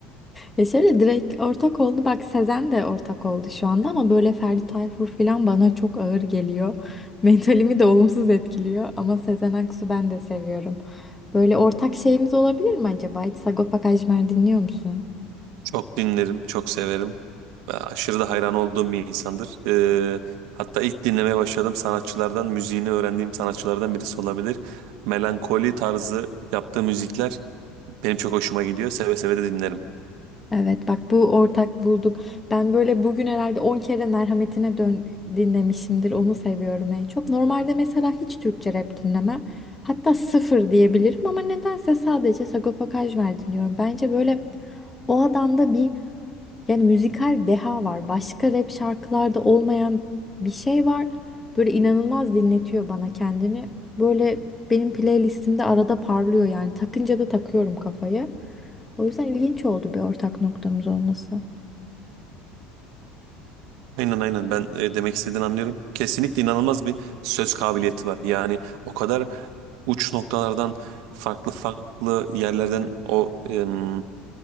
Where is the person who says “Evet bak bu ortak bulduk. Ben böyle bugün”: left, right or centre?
Left